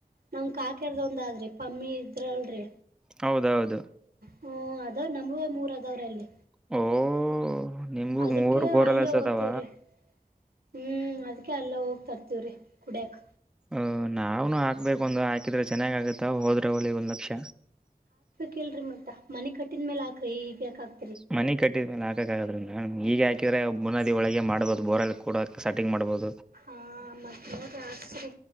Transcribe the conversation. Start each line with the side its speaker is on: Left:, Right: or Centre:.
Right: ನಮ ಕಾಕರ್ದ ಒಂದಾದ್ರಿ ಪಮ್ಮಿ ಇದ್ರಲ್ರಿ
Centre: ಹೌದೌದು
Right: ಹ ಅದಾವ್ ನಮಗೆ ಮೂರ ಅದಾವರು ಅಲ್ಲಿ
Centre: ಹ <inaudible> ನಿಮ್ಗು
Right: ಅದಕ್ಕೆ
Centre: ಮೂರ್ ಬೋರ್ಲ್ಲಸದಾವ
Right: ಅಲ್ಲೇ ಓದ್ತೇವ್ರಿ ಹ್ಮ್ ಅದ್ಕ ಅಲ್ಲ ಹೋಗ್ತರ್ತವ್ರಿ ಕುಡ್ಯಕ್
Centre: ಹ ನಾವ್ನುೂ ಹಾಕ್ಬೇಕ ಒಂದು್ ಹಾಕಿದ್ರೆ ಚೆನ್ನಾಗ್ ಆಗತ್ತ ಹೋದ್ರ ದಾವಳ ಒಂದು ಲಕ್ಷ
Right: ಕಲ್ರಿ ಮತ್ತ ಮಿ ಕಟ್ಟಿದ ಮೇಲ್ ಹಾಕ್ರಿ ಈಗ ಯಾಕಕ್
Centre: ಮನಿ ಕಟ್ಟಿದ್ಮೇಲೆ ಹಾಕಕಾಗಲ್ಲೀರಿ ಈಗ ಹಾಕಿದ್ರೆ ಮುನದಿ ಒಳಗೆ ಮಾಡಬಹುದು ಬೋರ್ಲ್ಲಿ ಕೂಡ ಸಟಿಂಗ್ ಮಾಡ್ಬಹುದು
Right: ಹಾ ಮತ್ತ್ ನೋಡ್ರಿ ಹಾಕ್ಸ್ರಿ